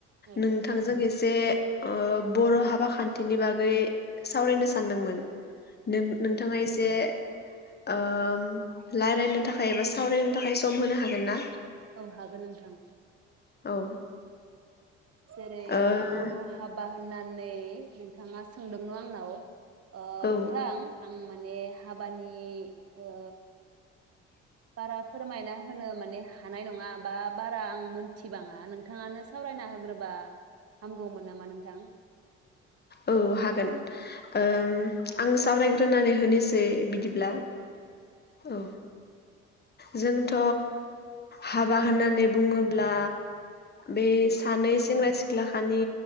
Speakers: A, on the right; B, on the left.
A: औ
B: नोंथांजों एस जे ओ बर' हाबा खान्थिनि बागै सावरायनो सानदोंमोन नों नोंथाङा एसे ओम लायरायनो थाखाय एबा सावरायनो थाखाय सम होनो हागोन ना
A: औ हागोन नोंथां
B: औ
A: जेरै
B: ओ
A: बर' हाबा बा होननानै नोंथाङा सोंदों न आंनाव ओ
B: औ
A: नोंथां आं माने हाबानि ओ बारा फोरमायना होनो माने हानाय नङा बा बारा आं मोनथिबाङा नोंथाङानो सावरायना होग्रोबा हामगौमोन नामा नोंथां
B: औ हागोन ओम आं सावरायग्रोनानै होनिस सै बिदिब्ला
A: औ
B: औ जोंथ' हाबा होननानै बुङोब्ला बे
A: औ
B: सानै सेंग्रा सि ख्लाखानि